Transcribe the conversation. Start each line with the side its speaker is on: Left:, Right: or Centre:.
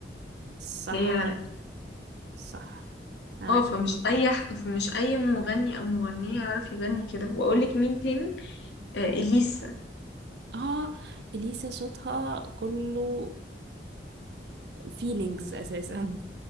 Right: صح
Left: هي
Right: انت صح انا
Left: اه
Right: معاكي
Left: فمش
Right: في النقطة
Left: أي
Right: دي.
Left: ح... فمش أي مغني أو مغنية يعرف يغني كده وأقولك مين تاني آه إليسا
Right: اه اليسا صوتها كله فيلينجز اساسا